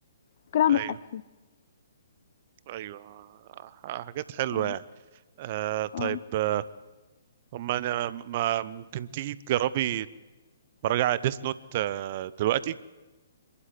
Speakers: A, on the left; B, on the right.
A: ممكن اعمل
B: ايوه
A: اكل
B: ايوه ح- حاجات حلوه
A: اه
B: يعني آه طيب
A: اه
B: آه، اما انا ما ممكن تيجي تجربي مراجعة على ديس نوت آه دلوقتي